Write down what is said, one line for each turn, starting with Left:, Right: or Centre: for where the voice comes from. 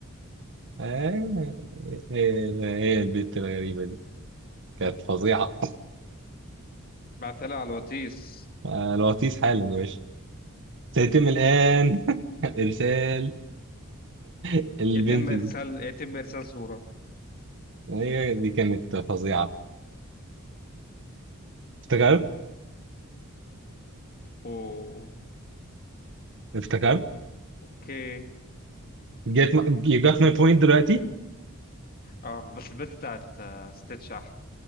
Right: آه، هي هي البت الغريبة دي كانت فظيعة
Left: ابعتها لي على الواتس
Right: آه الوطيس حالا يا باشا سيتم الآن <laughs> إرسال <laughs> البنت
Left: يتم ارسال
Right: دي
Left: يتم ارسال صورة
Right: هي دي كانت فظيعة افتكرت
Left: اوه
Right: افتكرت
Left: اوكي
Right: جت you got my point دلوقتي
Left: اه بس البت بتاعت آه، ستيتش احلى